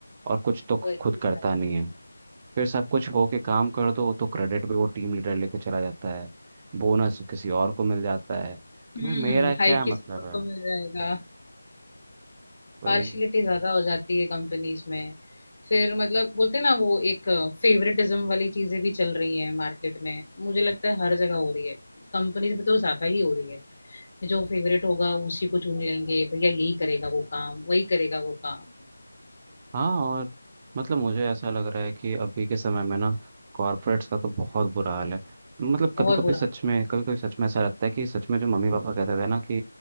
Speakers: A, on the right; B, on the left.
A: और कुछ तो
B: वही
A: खुद करता नहीं है फिर सब कुछ हो के काम कर दो तो क्रेडिट भी वो टीम लीडर लेके चला जाता है बोनस किसी और को मिल जाता है तो
B: हम्म
A: फिर मेरा क्या
B: हाइक की
A: मतलब
B: सुबह
A: है
B: को मिल जाएगा
A: कोई
B: पार्शियलिटी ज्यादा हो जाती है कंपनीज में फिर मतलब बोलते हैं ना वो एक फेवरेटिज्म वाली चीजें भी चल रही हैं मार्केट में मुझे लगता है हर जगह हो रही है कंपनीज में तो ज्यादा ही हो रही है जो फेवरेट होगा उसी को चुन लेंगे भैया यही करेगा वो काम वही करेगा वो काम
A: हाँ और मतलब मुझे ऐसा लग रहा है कि अभी के समय में ना कॉर्पोरेट्स का तो बहुत बुरा हाल है मतलब
B: बहुत
A: कभी कभी
B: बुरा
A: सच में कभी कभी सच में ऐसा लगता है कि सच में जो मम्मी पापा कहते थे ना कि